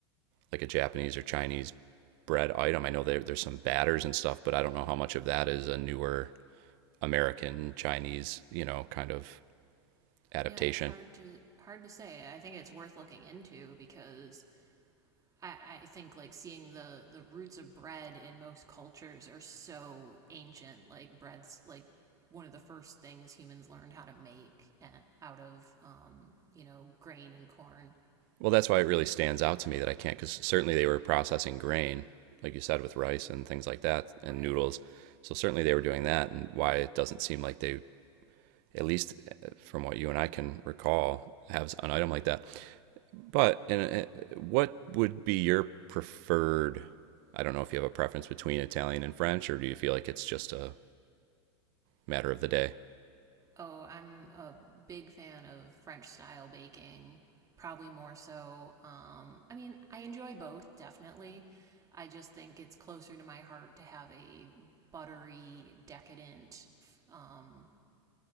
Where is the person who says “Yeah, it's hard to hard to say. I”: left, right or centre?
Right